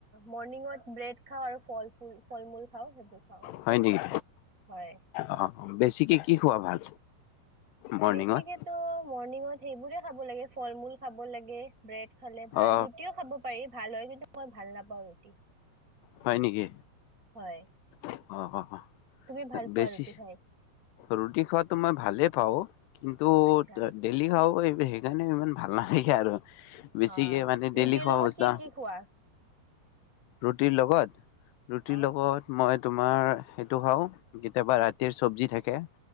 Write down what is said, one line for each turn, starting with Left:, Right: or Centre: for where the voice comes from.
Right: মৰ্ণিঙত ব্ৰেড খাওঁ আৰু ফল মূল খাও সেইবোৰ। খাওঁ
Left: হয় নেকি
Right: হয়
Left: অঁ বেছি কি কি খোৱা ভাল মৰ্ণিঙত
Right: বেছিকেতো মৰনিংত সেইবোৰে খাব লাগে ফল মূল খাব লাগে ব্ৰেড খালে ভাল
Left: অ
Right: ৰুটিও খাব পাৰি ভাল হয় কি মই ভাল নাপাওঁ ৰুটি।
Left: হয় নেকি?
Right: হয়।
Left: অ', অ'।
Right: তুমি ভাল পোৱা
Left: বেছি
Right: ৰুটি খাই
Left: ৰুটি খোৱাতটো মই ভালে পাওঁ কিন্তু
Right: আচ্ছা
Left: ডেইলি খাব পাৰি সেইকাৰণে ইমান ভাল নালাগে আৰু। বেছিকে
Right: অ
Left: মানে
Right: ৰুটিৰ
Left: ডেইলি খোৱা
Right: লগত
Left: বৱস্থা
Right: কি কি খোৱা
Left: ৰুটিৰ লগত ৰুটিৰ
Right: অ
Left: লগত মই তোমাৰ সেইটো খাও কেতিয়াবা ৰাতিৰ চব্জি থাকে